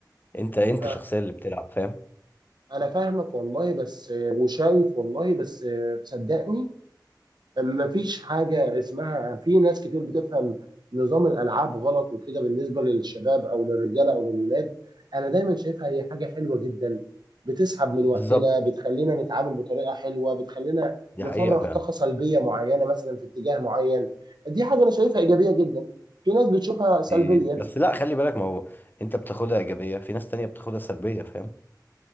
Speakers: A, on the left (about 25°); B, on the right (about 70°).
A: انت انت
B: أ-
A: الشخصيه اللي بتلعب فاهم
B: انا فاهمك والله بس آه، وشايف والله بس آه، صدقني مفيش حاجة اسمها في ناس كتير بتفهم نظام الألعاب غلط وكده بالنسبة للشباب أو للرجالة أو للولاد أنا دايما شايفها هي حاجة حلوة جدا بتسحب من وقتنا
A: بالظبط
B: بتخلينا نتعامل بطريقة حلوة بتخلينا
A: دي
B: نفرغ
A: حقيقه فعلا
B: طاقة سلبية معينة مثلا في اتجاه معين دي حاجة أنا شايفها إيجابية جدا في ناس بتشوفها سلبية
A: دي- بس لا خلي بالك ما هو انت بتاخدها ايجابيه في ناس تانية بتاخدها سلبيه فاهم